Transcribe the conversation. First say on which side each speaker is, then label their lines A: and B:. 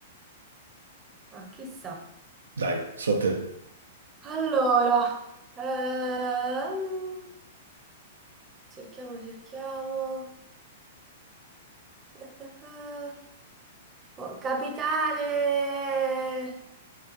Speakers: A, on the right (about 25°); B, on the right (about 80°).
A: ah, chissà.
B: Dai, so te.
A: Allora, ehm, cerchiamo, cerchiamo. <laughs> Eh, eh, eh. Oh, capitale